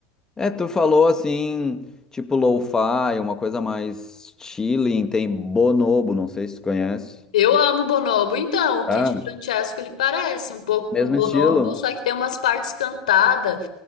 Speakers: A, on the left; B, on the left.
A: É, tu falou assim, tipo lo-fi, uma coisa mais chilling, tem Bonobo, não sei se tu conhece.
B: Eu amo Bonobo. Então, o
A: Ah,
B: Kid Francescoli parece um pouco
A: Mesmo
B: com Bonobo,
A: estilo?
B: só que tem umas partes cantadas.